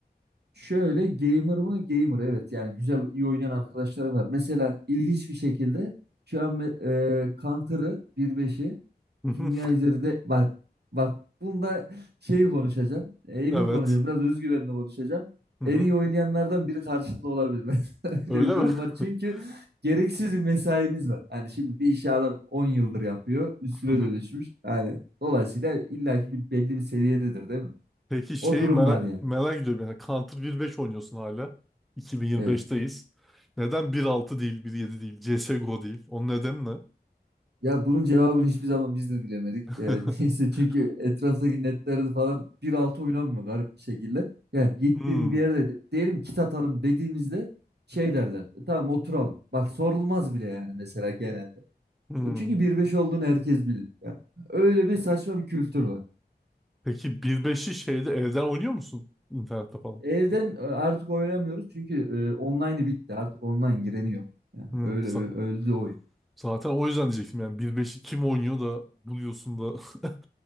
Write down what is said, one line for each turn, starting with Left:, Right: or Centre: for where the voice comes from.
Right: Şöyle gamer mı? Gamer evet yani güzel iyi oynayan arkadaşlarım var. Mesela ilginç bir şekilde şu an me- e, Counter'ı 1.5'i
Centre: Hı hı.
Right: dünya üzerinde bak bak bunda şeyi konuşacağım. Emin
Centre: Evet.
Right: konuşacağım. Biraz özgüvenli konuşacağım.
Centre: Hı hı.
Right: En iyi oynayanlardan biri karşında olabilir. <laughs> Mesela
Centre: Öyle
Right: Öyle bir
Centre: mi?
Right: durum var. Çünkü
Centre: <laughs>
Right: gereksiz bir mesaimiz var. Yani şimdi bir işi adam 10 yıldır yapıyor. Üstüne
Centre: Hı hı.
Right: dönüşmüş. Yani dolayısıyla illaki bir belli bir seviyededir değil mi?
Centre: Peki şeyi
Right: O durum
Centre: merak,
Right: var yani.
Centre: merak ediyorum yani Counter 1.5 oynuyorsun hala. 2025'teyiz.
Right: Evet.
Centre: Neden 1.6 değil, 1.7 değil, CSGO değil? Onun nedeni ne?
Right: Ya bunun cevabını hiçbir zaman biz de bilemedik.
Centre: <laughs>
Right: Ee, <laughs> neyse çünkü etraftaki netlerde falan 1.6 oynanmıyor garip bir şekilde. Yani gittiğim
Centre: Hmm,
Right: bir yerde de- diyelim kit atalım dediğimizde şey derler. "E, Tamam oturalım. Bak sorulmaz bile yani mesela genelde.
Centre: hmm.
Right: E, Çünkü bir beş olduğunu herkes bilir. Yani öyle bir saçma bir kültür var.
Centre: Peki 1.5'i şeyde evden oynuyor musun? İnternette falan.
Right: Evden e, artık oynamıyoruz çünkü e, online'ı bitti. Artık online gireni yok. Yani
Centre: Hmm,
Right: öyle
Centre: za-
Right: ö- öldü oyun.
Centre: zaten o yüzden diyecektim yani 1.5'i kim oynuyor da buluyorsun da <laughs>